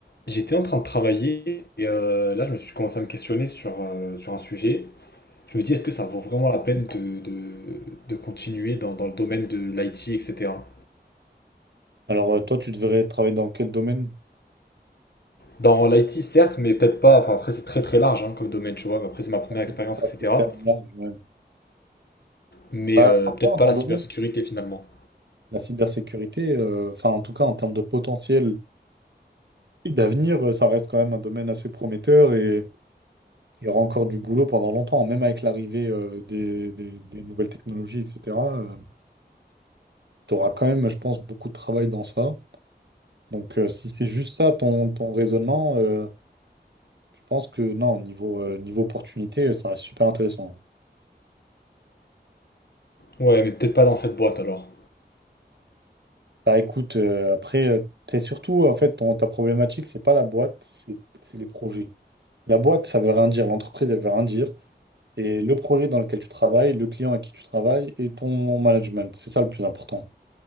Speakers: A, on the left; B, on the right.
A: J'étais en train de travailler et euh, là je me suis commencé à me questionner sur, euh, sur un sujet. Je me dis est-ce que ça vaut vraiment la peine de, de- de continuer dans, dans le domaine de l'IT, etc.
B: Alors, euh, toi, tu devrais travailler dans quel domaine?
A: Dans l'IT certes, mais peut-être pas, enfin après c'est très très large hein, comme domaine, tu vois, mais après c'est ma première
B: Ah, C'est
A: expérience,
B: ah,
A: etc.
B: c'est tellement large, ouais.
A: Mais
B: Bah,
A: euh,
B: franchement,
A: peut-être pas
B: ton
A: la
B: domaine,
A: cybersécurité finalement.
B: la cybersécurité, euh, enfin, en tout cas, en termes de potentiel et d'avenir, euh, ça reste quand même un domaine assez prometteur. Et il y aura encore du boulot pendant longtemps, même avec l'arrivée euh, des, des- des nouvelles technologies, etc. tu auras quand même, je pense, beaucoup de travail dans ça. Donc, euh, si c'est juste ça ton, ton raisonnement, euh, je pense que non, niveau, euh, niveau opportunité, euh, ça reste super intéressant.
A: Ouais, mais peut-être pas dans cette boîte alors.
B: Bah écoute, euh, après, euh, c'est surtout, en fait, ton- ta problématique, c'est pas la boîte, c'est c'est les projets. La boîte, ça veut rien dire, l'entreprise, elle veut rien dire. Et le projet dans lequel tu travailles, le client avec qui tu travailles et ton management, c'est ça le plus important.